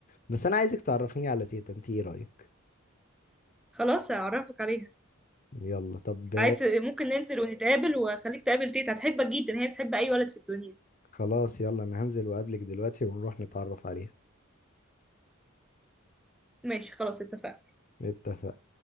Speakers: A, on the left; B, in the centre.
A: بس انا عايزك تعرفيني على تيتا انت ايه رأيك
B: خلاص هعرفك عليها
A: يلا طب
B: عايز ت- ممكن ننزل ونتقابل واخليك تقابل تيتا هتحبك جدا هي بتحب اي ولد في الدنيا
A: خلاص يلا انا هنزل واقابلك دلوقتي ونروح نتعرف عليها
B: ماشي خلاص اتفقنا
A: اتفق